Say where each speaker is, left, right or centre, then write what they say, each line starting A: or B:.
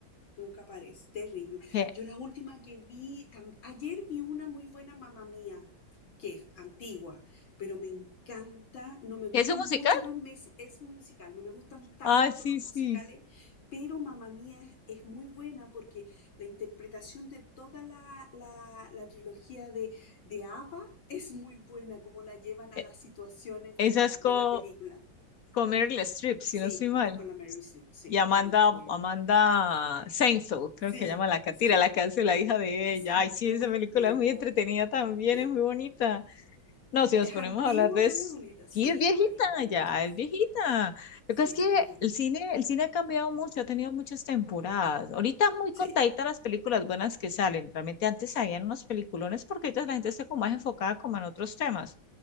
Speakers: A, on the left; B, on the left.
A: Nunca aparece. Terrible.
B: ¿Qué?
A: Yo la última que vi, tam- ayer vi una muy buena mamá mía, que es antigua, pero me encanta. No me gustan
B: ¿Es un musical?
A: mucho los meses, es un musical, no me gustan tanto
B: Ah, sí,
A: los musicales,
B: sí.
A: pero mamá mía es, es muy buena porque la interpretación de toda la, la, la trilogía de, de Ava es muy buena, como la llevan a
B: E-
A: las situaciones
B: Esa
A: de la,
B: es
A: de
B: co-
A: la película.
B: con Meryl Streep, si
A: Sí,
B: no estoy mal.
A: es con la Mary Streep, sí,
B: Y Amanda,
A: es muy buena.
B: Amanda Seinfeld,
A: Sí,
B: creo que se llama la catira,
A: sí,
B: la que hace la hija de
A: es
B: ella.
A: muy
B: Ay, sí, esa película
A: buena.
B: es muy entretenida también,
A: Sí.
B: es muy bonita. No, si nos
A: Es
B: ponemos
A: antigua,
B: a hablar de...
A: pero
B: s-
A: es bonita. Sí,
B: Sí, es viejita,
A: no, hay muchas.
B: ya, es viejita. Lo que
A: Sí,
B: es que el cine, el cine ha cambiado mucho, ha tenido muchas temporadas. Ahorita es muy
A: sí,
B: contadita las películas buenas que salen. Realmente antes habían unos peliculones porque ahorita la gente está como más enfocada como en otros temas.